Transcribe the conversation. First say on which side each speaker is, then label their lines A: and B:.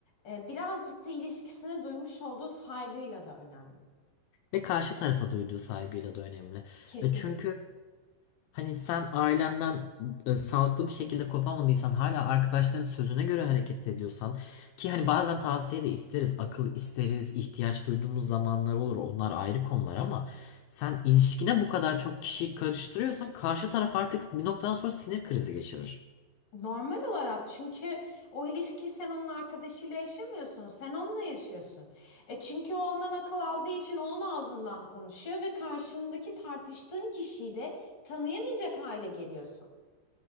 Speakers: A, on the left (about 30°); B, on the left (about 80°).
A: e, birazcık da ilişkisine duymuş olduğu saygıyla da önemli.
B: Ve karşı tarafa duyduğu saygıyla da önemli.
A: Kesinlikle.
B: E, Çünkü hani sen ailenden e, sağlıklı bir şekilde kopamadıysan hala arkadaşların sözüne göre hareket ediyorsan ki hani bazen tavsiye de isteriz, akıl isteriz, ihtiyaç duyduğumuz zamanlar olur. Onlar ayrı konular ama sen ilişkine bu kadar çok kişiyi karıştırıyorsan karşı taraf artık bir noktadan sonra sinir krizi geçirir.
A: Normal olarak çünkü o ilişkiyi sen onun arkadaşıyla yaşamıyorsun. Sen onunla yaşıyorsun. E çünkü o ondan akıl aldığı için onun ağzından konuşuyor ve karşındaki tartıştığın kişiyi de tanıyamayacak hale geliyorsun.